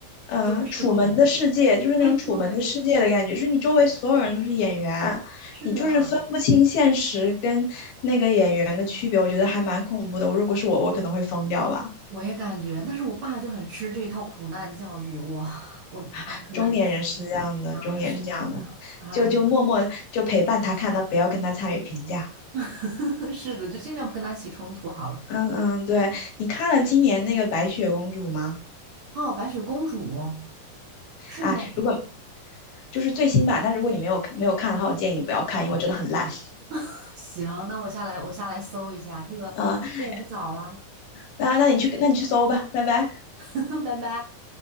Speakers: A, on the left; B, on the right.
A: 嗯，
B: 中式恐怖。
A: 楚门的世界，就是那种楚门的世界的感觉，
B: 哎，对，
A: 就是你周围所有人都是演员，
B: 是的。
A: 你就是分不清现实跟那个演员的区别，我觉得还蛮恐怖的。我如果是我，我可能会疯掉吧。
B: 我也感觉，但是我爸就很吃这一套苦难教育，我我哎，
A: <laughs>
B: 可能就是
A: 中年人是这样的，
B: 啊，
A: 中年是这样的，
B: 是的，哎呀，
A: 就就默默就陪伴他看，他不要跟他参与评价。
B: <laughs> 是的，就尽量不跟他起冲突好了。
A: 嗯嗯，对，你看了今年那个《白雪公主》吗？
B: 哦，白雪公主是美。
A: 啊如果。就是最新版。但如果你没有看没有看的话，我建议你不要看，因为真的很烂。
B: <laughs> 行，那我下来我下来搜一下，这个这也不早啦，
A: 啊、呃那那你去那你去搜吧，拜拜。
B: <laughs> 拜拜。